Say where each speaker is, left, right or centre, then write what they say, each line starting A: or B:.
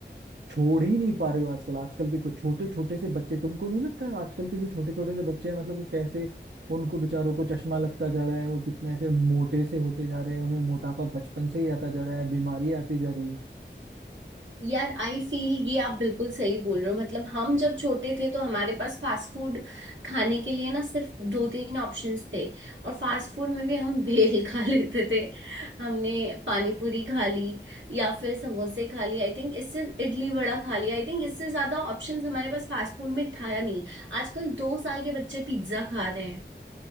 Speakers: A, on the right (about 70°); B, on the right (about 85°).
A: छोड़ ही नहीं पा रहे हो आजकल आजकल के कुछ छोटे छोटे से बच्चे तुमको नहीं लगता है आजकल के जो छोटे छोटे से बच्चे हैं मतलब वो कैसे उनको बेचारों को चश्मा लगता जा रहा है वो कितने ऐसे मोटे से होते जा रहे हैं उनमें मोटापा बचपन से ही आता जा रहा है बीमारी आती जा रही है
B: यार आई फील ये आप बिल्कुल सही बोल रहे हो मतलब हम जब छोटे थे तो हमारे पास फास्ट फूड खाने के लिए ना सिर्फ दो तीन ऑप्शंस थे और फास्ट फूड में भी हम भेल <laughs> खा लेते थे हमने पानी पूरी खा ली या फिर समोसे खा लिए आई थिंक इससे इडली वड़ा खा लिया आई थिंक इससे ज्यादा ऑप्शंस हमारे पास फास्ट फूड में था या नहीं आजकल दो साल के बच्चे पिज्जा खा रहे हैं